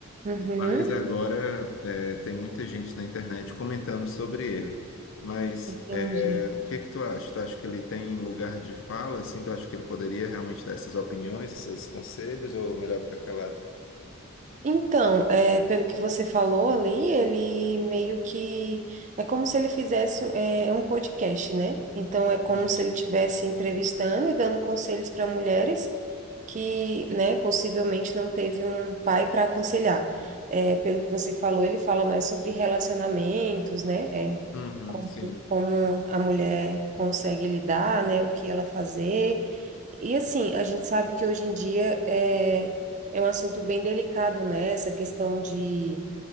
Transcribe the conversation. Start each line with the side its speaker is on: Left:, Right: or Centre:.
Right: Uhum,
Left: Mas agora é, tem muita gente na internet comentando sobre ele. Mas
Right: entendi.
Left: é, o que que tu acha? Tu acha que ele tem lugar de fala? Assim, tu acha que ele poderia realmente dar essas opiniões, esses conselhos, ou melhor ficar calado?
Right: Então, é, pelo que você falou ali, ele meio que é como se ele fizesse é, um podcast, né? Então é como
Left: Uhum.
Right: se ele estivesse entrevistando e dando conselhos para mulheres que, né, possivelmente não teve um pai para aconselhar. É, pelo que você falou, ele fala mais sobre relacionamentos, né? É,
Left: Uhum,
Right: como,
Left: sim,
Right: como a mulher consegue lidar, né? O que ela fazer. E assim, a gente sabe que hoje em dia é é um assunto bem delicado, né? Essa questão de,